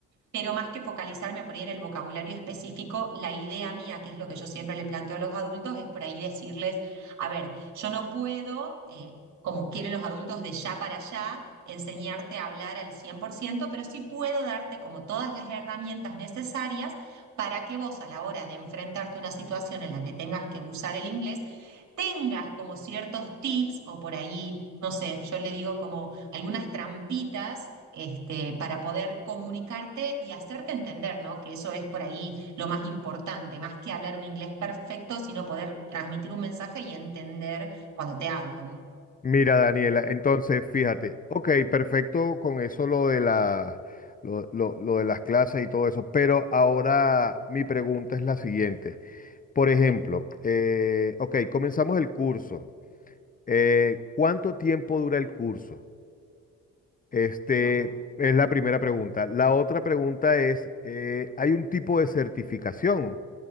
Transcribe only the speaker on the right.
Pero más que focalizarme por ahí en el vocabulario específico, la idea mía, que es lo que yo siempre le planteo a los adultos, es por ahí decirles, a ver, yo no puedo, eh, como quieren los adultos de ya para allá, enseñarte a hablar al 100%, pero sí puedo darte como todas las herramientas necesarias para que vos a la hora de enfrentarte a una situación en la que tengas que usar el inglés, tengas como ciertos tips o por ahí, no sé, yo le digo como algunas trampitas. Este, para poder comunicarte y hacerte entender, ¿no? Que eso es por ahí lo más importante, más que hablar un inglés perfecto, sino poder transmitir un mensaje y entender cuando te hablan.
Bien.